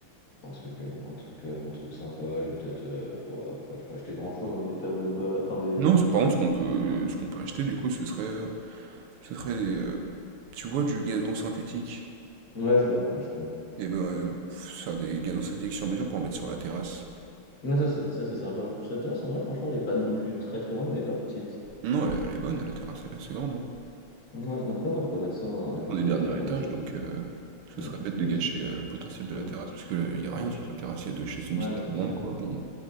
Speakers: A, on the left; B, on the right.
A: Un truc, euh, un truc, euh, un truc sympa, j'ai peut-être. euh, ouais, après, j'ai pas acheter grand-chose dans des tables bas, enfin des.
B: Non, ce par contre, ce qu'on peut ce qu'on peut acheter, du coup, ce serait, heu, ce serait des, euh, tu vois, du gazon synthétique?
A: Ouais, je vois, ouais, je connais.
B: Et ben, heu, faire des gazons synthétiques sur mesure pour mettre sur la terrasse.
A: Ouais, ça, c'est ça, c'est sympa. Cette terrasse, en vrai, franchement, elle est pas non plus très très grande, mais elle est pas petite.
B: Non, elle est elle est bonne, la terrasse, elle est assez grande, hein.
A: Ouais, donc, ouais, non, on pourrait mettre ça en un esthétique,
B: On est dernier étage,
A: on achète.
B: donc heu, ce
A: Hum,
B: serait bête de
A: on
B: gâcher,
A: une petite.
B: heu, le potentiel de
A: hum,
B: la terrasse parce que, heu, il y a rien
A: on achète-
B: sur sa terrasse. Il y a 2 chaises, une
A: Ouais,
B: petite
A: non,
B: table
A: c'est
B: ronde,
A: sûr.
B: quoi, bon.